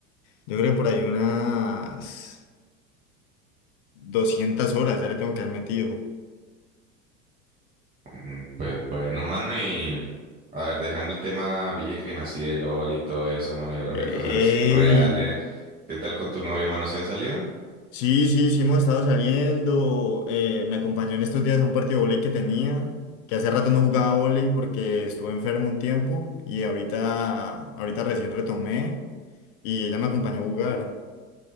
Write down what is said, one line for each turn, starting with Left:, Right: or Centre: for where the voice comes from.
Left: Yo creo que por ahí unas 200 horas ya le tengo que haber metido.
Right: Mm, Pues bueno, mano, y a ver, dejando el tema virgen así de LOL y todo eso, mano, y hablando
Left: ¡Ey!
Right: de cosas reales. ¿Qué tal con tu novia, mano? ¿Si han salido?
Left: Sí, sí, sí, hemos estado saliendo. eh, me acompañó en estos días a un partido de vóley que tenía, que hace rato no jugaba vóley porque estuve enfermo un tiempo y ahorita, ahorita recién retomé y ella me acompañó a jugar.